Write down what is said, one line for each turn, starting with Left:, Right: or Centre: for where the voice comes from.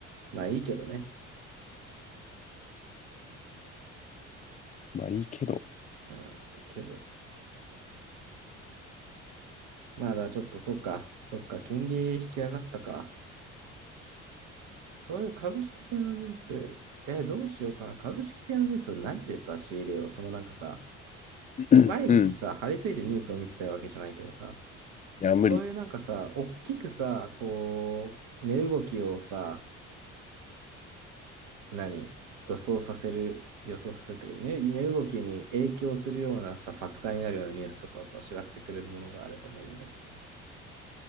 Right: まあいいけどね。
Left: まあいいけど。
Right: うん、いいけど。まだちょっとそうか、そっか、金利引き上がったか。そういう株式系のニュース、え、どうしようかな。株式系のニュース何でさ、仕入れよう。そのなんかさ、
Left: うん、
Right: 毎日さ、
Left: うん。
Right: 張り付いてニュースを見てたわけじゃないけどさ、
Left: いや、
Right: そういうなんかさ、
Left: 無理。
Right: おっきくさ、こう、値動きをさ、何予想させる、予想させるというか、ね、値動きに影響するようなさ、ファクターになるようなニュースとかをさ、知らせてくれるものがあればね、いいんだけどね。